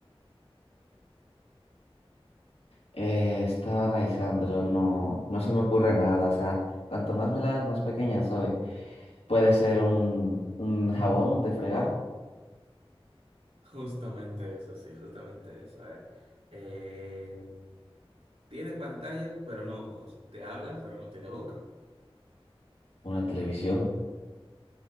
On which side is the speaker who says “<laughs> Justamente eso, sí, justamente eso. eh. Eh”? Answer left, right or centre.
Right